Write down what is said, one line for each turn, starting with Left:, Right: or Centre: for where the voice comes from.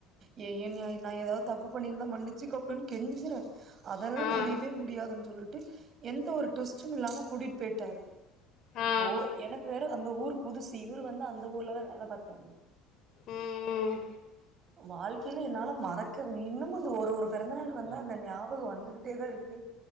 Right: யே யேங்க நா ஏதாவது தப்பு பண்ணிருந்தா மன்னிச்சுக்கே அப்டின்னு கெஞ்சிறே அதெல்லா
Left: ஆ
Right: முடியவே முடியாதுன்னு சொல்லிட்டு எந்த ஒரு டுவிஸ்ட்டும் இல்லாம கூட்டிட்டு போயிட்டாரு
Left: ஆ
Right: ரோ எனக்கு வேற அந்த ஊரு புதுசு இவரு வந்து அந்த ஊர்லதா வேல பாத்தாரு
Left: ம் ம்
Right: வாழ்க்கையில என்னால மறக்க இன்னுமு அந்த ஒரு ஒரு பெறந்த நாள் வந்தா அந்த ஞாபகம் வந்துகிட்டே தா இருக்கு